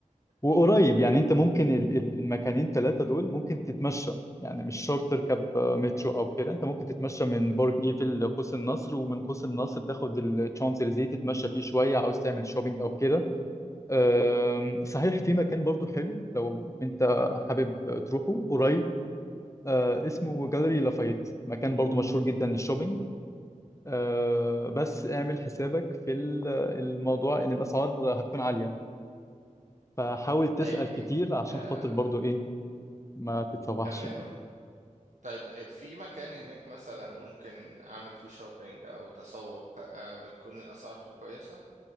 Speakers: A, on the left; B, on the right.
A: وقريب
B: هناك
A: يعني انت ممكن ال- ال- المكانين ثلاثة دول ممكن تتمشى يعني مش شرط تركب آه، مترو او كده انت ممكن تتمشى من برج ايفل لقوس النصر ومن قوس النصر تاخد الشانزليزيه تتمشى فيه شوية عاوز تعمل شوبينج او كده آم، صحيح في مكان برضو حلو لو انت حابب تروحه قريب آه، اسمه جاليري لافايت مكان برضو مشهور جدا للشوبينج آه، بس اعمل حسابك في ال- الموضوع ان الاسعار هتكون عالية فحاول تسأل
B: طيب
A: كتير
B: ايه
A: عشان
B: آه،
A: خاطر برضو ايه ما تتسوحش
B: تمام
A: يعني
B: طيب آه، في مكان هناك مثلا ممكن اعمل فيه شوبينج او تسوق آه، بتكون الاسعار فيه كويسة